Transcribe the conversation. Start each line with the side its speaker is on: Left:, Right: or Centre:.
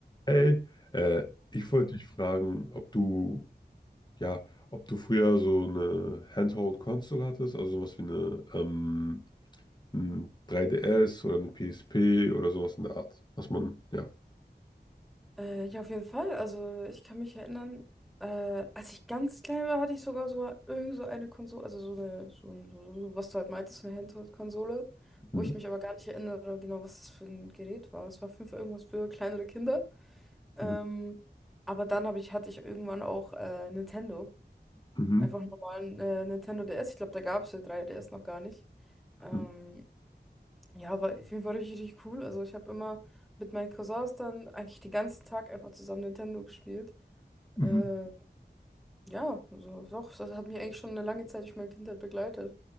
Left: Hey, äh, ich wollte dich fragen, ob du, ja, ob du früher so eine Handheld-Console hattest, also sowas wie eine ähm, ein 3DS oder eine PSP oder sowas in der Art, was man, ja.
Centre: Äh, ja, auf jeden Fall. Also ich kann mich erinnern, äh, als ich ganz klein war, hatte ich sogar so irgend so eine Konsole, also so eine, so, ein- so, so, was du halt meintest, so eine Handheld-Konsole, wo
Left: Mhm,
Centre: ich mich aber gar nicht erinnere, genau, was das für ein Gerät war. Es war fünf irgendwas für kleinere Kinder. Ähm,
Left: mhm,
Centre: aber dann hab ich, hatte ich irgendwann auch äh, Nintendo.
Left: mhm,
Centre: Einfach einen normalen äh, Nintendo DS. Ich glaube, da gab es ja 3DS noch gar nicht.
Left: mhm,
Centre: Ähm, ja, war auf jeden Fall richtig, richtig cool. Also ich habe immer mit meinen Cousins dann eigentlich den ganzen Tag einfach zusammen Nintendo gespielt.
Left: mhm.
Centre: Äh, ja, also doch, das hat mich eigentlich schon eine lange Zeit durch meine Kindheit begleitet.